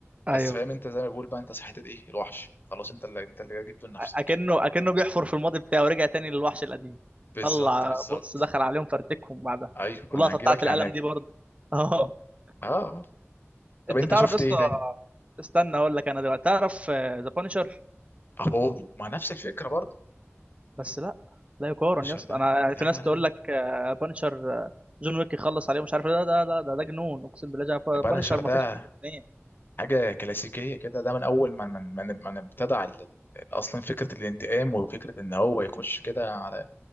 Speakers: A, on the right; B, on the left.
A: ايوه
B: بس فاهم انت زي ما بيقول بقى انت صحيت ايه الوحش خلاص انت اللي انت اللي جبته لنفسك
A: اكنه اكنه بيحفر في الماضي بتاعه ورجع تاني للوحش القديم
B: بالظبط
A: طلع
B: بالظبط
A: بص دخل عليهم فرتكهم بعدها
B: ايوه انا
A: واللقطه
B: هجيلك
A: بتاعت القلم
B: يعني هجيب
A: دي برضه <laughs>
B: اه طب
A: انت
B: انت
A: تعرف
B: شفت
A: يا اسطى
B: ايه تاني
A: استنى اقول لك انا دلوقتي تعرف ذا بانشر
B: اهو مع نفس الفكره برضو
A: بس لا لا يقارن
B: الشردقه
A: يا اسطى انا يعني
B: ده
A: في ناس
B: لا لا
A: تقول
B: لا.
A: لك بانشر جون ويك يخلص عليه مش عارف إيه. لا ده ده ده, ده جنون اقسم بالله
B: طب انا
A: بانشر
B: الشردقه
A: ما فيش منه اثنين
B: حاجة كلاسيكية كده ده من أول ما من من من ابتدع ال- ال- أصلا فكرة الانتقام وفكرة إن هو يخش كده على